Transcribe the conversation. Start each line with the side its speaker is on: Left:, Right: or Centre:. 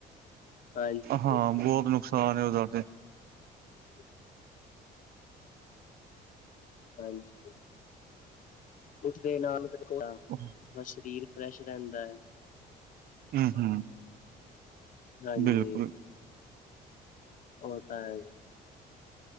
Left: ਹਾਂਜੀ
Right: ਹਾਂ, ਬਹੁਤ ਨੁਕਸਾਨ ਆ ਓਹਦਾ ਤੇ।
Left: <unintelligible> ਹਾਂਜੀ ਕੁੱਛ ਦੇਣਾ <unintelligible>
Right: <unintelligible>
Left: ਸਰੀਰ ਫਰੈਸ਼ ਰਹਿੰਦਾ।
Right: ਹੂੰ ਹੂੰ,
Left: ਹਾਂਜੀ
Right: ਬਿਲਕੁਲ
Left: ਹੋ ਤਾਂ ਹੈ ਜੀ।